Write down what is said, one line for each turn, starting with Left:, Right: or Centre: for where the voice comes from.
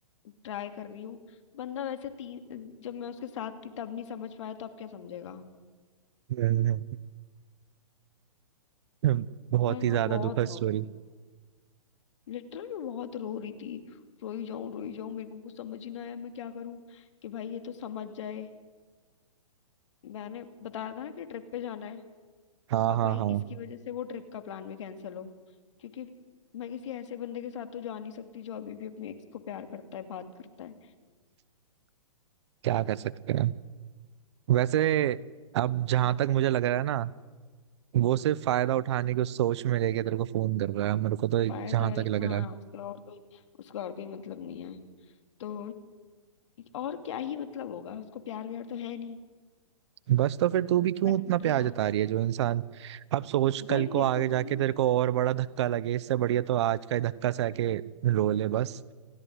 Left: ट्राई कर रही हूँ बंदा वैसे तीन जब मैं उसके साथ थी तब नहीं समझ पाया तो अब क्या समझेगा
Right: हम्म, <laughs> बहुत
Left: भाई
Right: ही
Left: मैं
Right: ज्यादा
Left: बहुत
Right: दुखद
Left: रो
Right: स्टोरी
Left: रही थी लिटरली मैं बहुत रो रही थी रोई जाऊं रोई जाऊं मेरे को कुछ समझ ही ना आया मैं क्या करूं कि भाई ये तो समझ जाए मैंने बताया था ना कि ट्रिप पे जाना है
Right: हाँ
Left: अब
Right: हाँ
Left: भाई
Right: हाँ
Left: इसकी वजह से वो ट्रिप का प्लान भी कैंसिल हो क्योंकि मैं किसी ऐसे बंदे के साथ तो जा नहीं सकती जो अभी भी अपने एक्स को प्यार करता है बात करता है
Right: क्या कर सकते हैं वैसे अब जहां तक मुझे लग रहा है ना वो सिर्फ फायदा उठाने की सोच में लेके तेरे को फोन कर रहा है मेरे को
Left: तो
Right: तो
Left: फायदा
Right: जहां तक लग
Left: हाँ
Right: रहा है
Left: उसका और कोई उसका और कोई मतलब नहीं है तो और क्या ही मतलब होगा उसको प्यार व्यार तो है नहीं
Right: बस तो फिर तू भी क्यों
Left: ना कभी
Right: इतना प्यार
Left: था
Right: जता रही है जो इंसान अब सोच कल
Left: भाई मेरे
Right: को आगे
Left: को भी
Right: जाके
Left: ना
Right: तेरे को और बड़ा धक्का लगे इससे बढ़िया तो आज का ही धक्का सह के रो ले बस